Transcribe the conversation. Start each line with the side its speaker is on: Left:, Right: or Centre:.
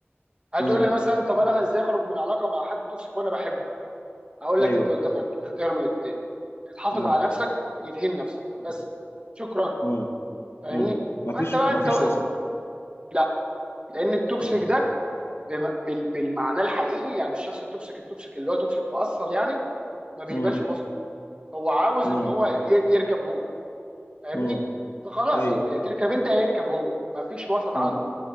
Right: هتقول
Left: مم.
Right: لي مثلا طب انا ازاي اخرج من علاقه مع حد توكسيك وانا بحبه هقول
Left: ايوه
Right: لك انت قدامك اختيار من الاثنين يا تحافظ
Left: مم.
Right: على نفسك يدهن نفسك
Left: مم.
Right: بس شكرا
Left: مم.
Right: فاهمني
Left: مم. مفيش
Right: فانت بقى
Left: مفيش
Right: انت و...
Left: وسط
Right: لا لان التوكسيك
Left: مم.
Right: ده بم... بال... بالمعنى الحقيقي يعني الشخص التوكسيك التوكسيك اللي هو توكسيك مؤصل يعني ما بيقبلش
Left: مم.
Right: بوسط هو عاوز
Left: مم.
Right: ان هو ي- يركب هو فاهمني
Left: مم.
Right: فخلاص
Left: ايوه
Right: انت يا تركب انت يا يركب هو ما فيش وسط
Left: مم.
Right: عنده